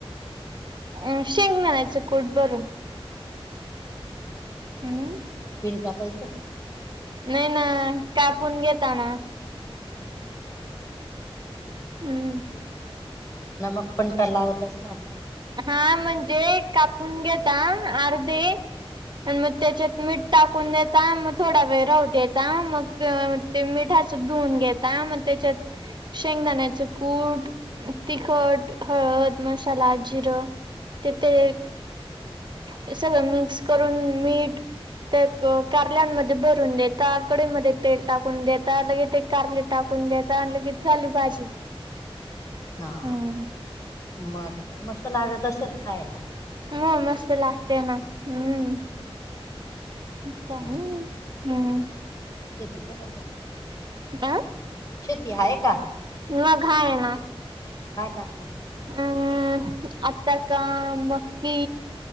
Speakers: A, on the right; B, on the left.
A: अं शेंगदाण्याचं कूट भरून. अं
B: बीन कापायचा.
A: नाय ना कापून घेताना. हम्म.
B: नमक पण तर लावत असणार ना?
A: हा म्हणजे कापून घेता अर्धे. आणि मग त्याच्यात मीठ टाकून देता मग थोडा वेळ राहू देता मग ते मिठाच धुवून घेता मग त्याच्यात शेंगदाण्याचं कूट तिखट, हळद, मसाला जिरं तेथे ते सगळं मिक्स करून मीठ त्यात कारल्यामध्ये भरून देता कडईमध्ये तेल टाकून देता लगे ते कारले टाकून देता लगेच झाली भाजी.
B: हा, हा
A: हम्म
B: मग मस्त लागत असेल खायला?
A: म मस्त लागते ना हम्म, <unintelligible>
B: हं.
A: हम्म.
B: शेती पण आहे का तुमची?
A: आय
B: शेती हाय का?
A: मग हाय ना.
B: काय टाकलं मग?
A: अम् आता का मक्की.